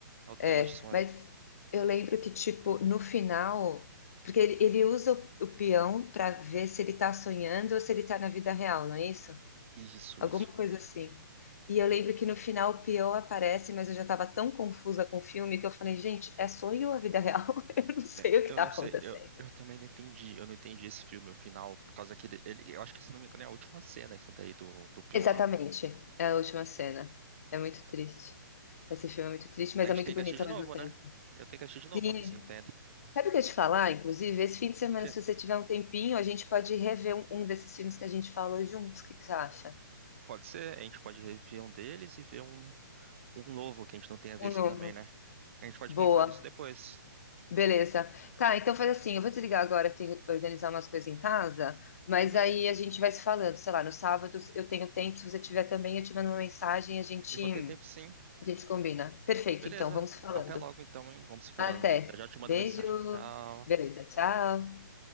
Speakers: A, on the right; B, on the left.
A: É o tema
B: É,
A: de sonho.
B: mas eu lembro que, tipo, no final, porque ele, ele usa o, o peão para ver se ele tá sonhando ou se ele tá na vida real, não é isso?
A: Isso,
B: Alguma
A: isso.
B: coisa assim. E eu lembro que no final o peão aparece, mas eu já tava tão confusa com o filme que eu falei, gente, é sonho ou a vida real? <laughs> Eu não sei
A: É,
B: o que
A: Eu
B: tá
A: não
B: acontecendo.
A: sei, eu, eu também não entendi, eu não entendi esse filme, o final, por causa que ele, ele- eu acho que se não me engano é a última cena essa daí do, do Pionar.
B: Exatamente, é a última cena. É muito triste. Esse filme é muito triste, mas
A: A gente
B: é muito
A: tem
B: bonito
A: que assistir de
B: ao
A: novo,
B: mesmo tempo.
A: né? Eu tenho que assistir de novo
B: Sim.
A: pra ver se eu entendo.
B: Sabe o que eu ia te falar? Inclusive, esse fim de semana,
A: O quê?
B: se você tiver um tempinho, a gente pode rever um, um desses filmes que a gente falou juntos. O que que você acha?
A: Pode ser, a gente pode rever um deles e ver um, um novo que a gente não tenha visto
B: Um novo.
A: também, né? A gente pode
B: Boa.
A: pensar nisso depois.
B: Beleza. Tá, então faz assim, eu vou desligar agora, que tenho que organizar umas coisas em casa, mas
A: Uhum.
B: aí a gente vai se falando, sei lá, no sábado eu tenho tempo, se você tiver também, eu te mando uma mensagem, a gente,
A: Eu vou ter tempo sim.
B: a gente combina. Perfeito,
A: Beleza,
B: então, vamos falando.
A: até logo então, hein? Vamos se falando.
B: Até.
A: Eu já te mando
B: Beijo.
A: mensagem. Tchau.
B: Beleza, tchau.